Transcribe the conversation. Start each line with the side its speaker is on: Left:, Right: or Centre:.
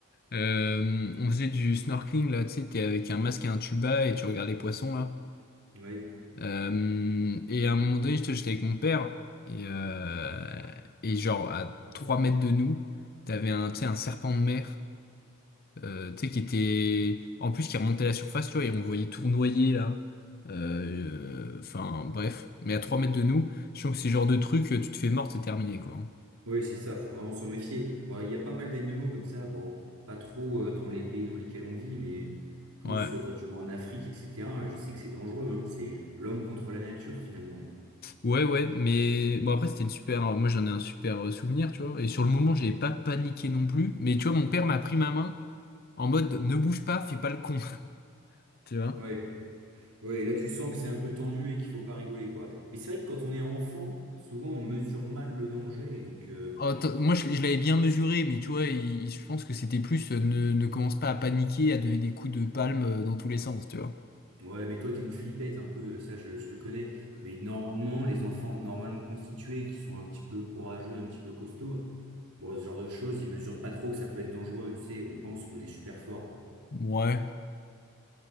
Left: Euh, on faisait du snorkeling là, tu sais, t'es avec un masque et un tuba et tu regardes les poissons là.
Right: Ouais.
Left: Euh, et à un moment donné, j'étais j'étais avec mon père et euh, et genre à 3 mètres de nous, t'avais un, tu sais, un serpent de mer euh, tu sais, qui était, en plus, qui remontait à la surface, tu vois, et on le voyait tournoyer, là. Euh, Enfin, bref. Mais à 3 mètres de nous, je trouve que ces genre de truc euh, tu te fais mort, c'est terminé, quoi. hein.
Right: Ouais, c'est ça, faut vraiment s'en méfier. Ouais, Il y a pas mal d'animaux comme ça, bon, pas trop euh, dans les pays dans lesquels on vit, mais plus
Left: Ouais.
Right: euh, quand tu vas en Afrique, etc. Je sais que c'est dangereux, hein. C'est l'homme contre la nature finalement.
Left: Ouais, ouais, mais bon, après, c'était une super, moi, j'en ai un super euh, souvenir, tu vois. Et sur le moment, j'ai pas paniqué non plus. Mais tu vois, mon père m'a pris ma main en mode, ne bouge pas, fais pas le con. <laughs> Tu vois?
Right: Ouais. Ouais, là tu sens que c'est un peu tendu et qu'il faut pas rigoler quoi. Mais c'est vrai que quand on est enfant, souvent on mesure mal le danger et donc euh,
Left: Oh, t- moi, je, je l'avais bien mesuré, mais tu vois, il- il- je pense que c'était plus euh, ne, ne commence pas à paniquer, à donner des coups de palme euh, dans tous les sens, tu vois.
Right: ouais, mais toi t'es une flippette un peu, ça je, je te connais. Mais normalement les enfants normalement constitués qui sont un petit peu courageux, un petit peu costauds, bon ce genre de choses, ils mesurent pas trop que ça peut être dangereux. Tu sais, on pense qu'on est super fort.
Left: Ouais.